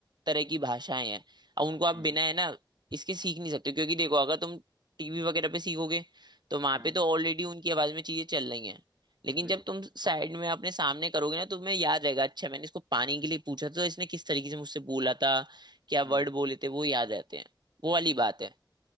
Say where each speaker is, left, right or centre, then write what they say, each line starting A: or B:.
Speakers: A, on the right; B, on the right.
A: तरह की भाषाएं हैं अब उनको आप
B: हम्म
A: बिना है ना इसके सीख नहीं सकते क्योंकि देखो अगर तुम टीवी वगैरह पे सीखोगे तो वहां
B: हम्म
A: पे तो ऑलरेडी उनकी आवाज में चीजें चल रही हैं लेकिन
B: बिल्कुल
A: जब तुम साइड में अपने सामने करोगे ना तुम्हें याद रहेगा अच्छा मैंने इसको पानी के लिए पूछा था तो इसने किस तरीके से मुझसे बोला था क्या
B: हम्म
A: वर्ड बोले थे वो याद रहते हैं वो वाली बात है